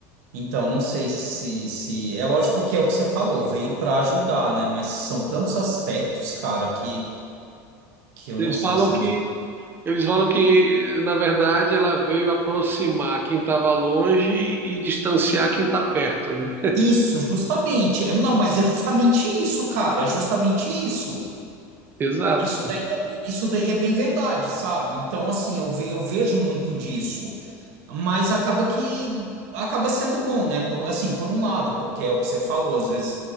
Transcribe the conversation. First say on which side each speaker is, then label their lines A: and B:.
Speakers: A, on the right; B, on the right.
A: Então, não sei se, se. É lógico que é o que você falou, veio para ajudar, né? Mas são tantos aspectos, cara, que, que eu
B: Eles
A: não sei
B: falam
A: se
B: que
A: não.
B: Eles falam que, na verdade, ela veio aproximar quem estava longe e, e distanciar quem está perto, né?
A: Isso, justamente. É, Não, mas é justamente isso, cara. É justamente isso.
B: Exato.
A: Isso daí, é- isso daí é bem verdade, sabe? Então, assim, eu, ve- eu vejo muito disso mas acaba que acaba sendo bom, né? Por, assim, por um lado, porque é o que você falou, às vezes,